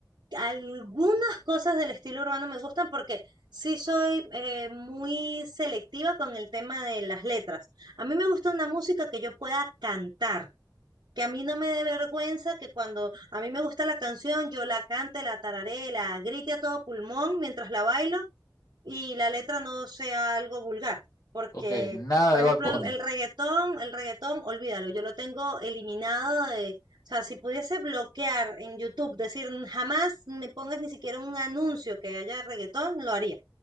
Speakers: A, on the right (about 70°); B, on the left (about 50°).
A: Algunas cosas del estilo urbano me gustan porque sí soy eh, muy selectiva con el tema de las letras. A mí me gusta una música que yo pueda cantar, que a mí no me dé vergüenza que cuando a mí me gusta la canción yo la cante, la tararé, la grite a todo pulmón mientras la bailo y la letra no sea algo vulgar, porque,
B: Ok, nada
A: por
B: de
A: ejemplo,
B: Bad Bunny.
A: el, el reggaetón, el reggaetón, olvídalo, yo lo tengo eliminado de, o sea, si pudiese bloquear en YouTube, decir jamás me pongas ni siquiera un anuncio que haya reggaetón, lo haría.